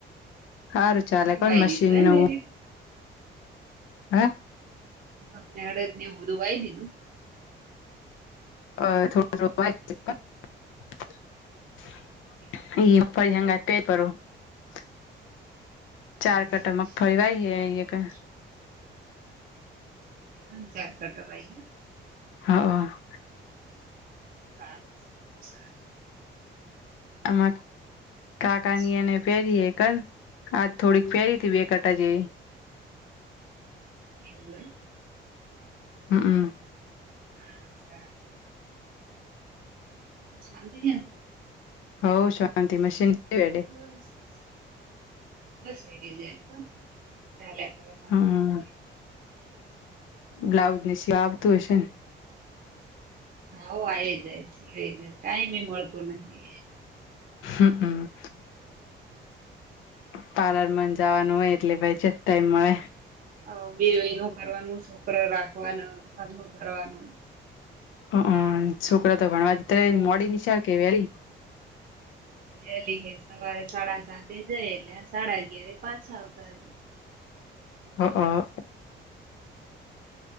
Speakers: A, on the left; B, on the right.
A: હારું ચાલે
B: એમ
A: પણ
B: વાઈ
A: મશીન
B: દીધું એમ
A: નું
B: એ
A: હે
B: મગને અડદ ને એવું બધું વાય દીધું?
A: <inaudible> <unintelligible>
B: એવું છે
A: ચાર
B: એવું,
A: કટા મગફળી
B: સારું-સારું.
A: વાય હે
B: <unintelligible>
A: હા, હા.
B: સારું <unintelligible>
A: આમાં કાકાની
B: સારું
A: એને પહેરીએ કર આજ થોડીક પહેરી તી બે કટા જેવી.
B: એવું એમ.
A: હમ્મ-હમ્મ.
B: સારુ-સારુ. શાંતિ છેન?
A: હોવ શાંતિ. મશીન વેડે
B: બસ-બસ એ રિઝન પણ
A: હમ
B: <inaudible>
A: બ્લાઉઝ ની <unintelligible> આવતું હશે.
B: હોવ આ જાએ સિવાય જાય ટાઈમ એ મળતો નથી.
A: હમ્મ. તારા જ મન જાવાનું હોય એટલે ભાઈ ચેત ટાઈમ મળે.
B: અવ બેઓ નું કરવાનું, સોકરા રાખવાના, કર્મ કરવાનું
A: અહહં, સોકરા તો ભણવા તે
B: બઉ
A: મોડી નિશાળ કે વેલી?
B: વેલી હે, સવારે સાડા સાતે જાય એટલે આ સાડા અગિયાર પાછા આવતા રે.
A: અહહં.